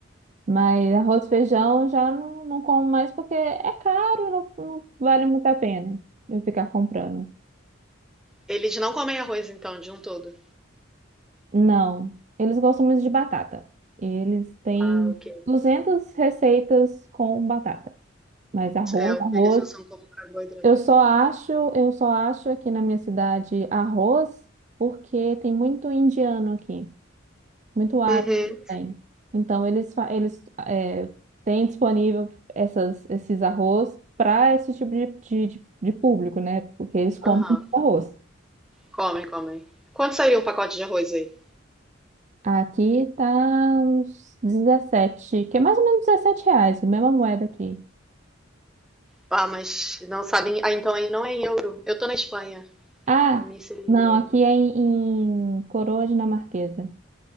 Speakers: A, on the right; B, in the centre.
A: mas arroz e feijão já não, não como mais porque é caro, não, não vale muito a pena eu ficar comprando.
B: Eles não comem arroz então, de um todo.
A: Não, eles gostam muito de batata. Eles têm
B: Ah, ok.
A: 200 receitas com batata, mas arroz,
B: É o
A: arroz.
B: que eles usam como carboidrato.
A: Eu só acho, eu só acho aqui na minha cidade arroz porque tem muito indiano aqui, muito árabe
B: Uhum.
A: também. Então eles fa- eles é, têm disponível essas esses arroz para esse tipo de, de, de- de público, né? Porque eles comem
B: Aham.
A: muito arroz.
B: Comem, comem. Quanto sairia um pacote de arroz aí?
A: Aqui tá uns 17, que é mais ou menos 17 reais, a mesma moeda aqui.
B: Ah, mas não sabem. Ah, então aí não é em euro. Eu tô na Espanha.
A: Ah,
B: Pra mim seria em
A: não,
B: euro.
A: aqui é em, em coroa dinamarquesa.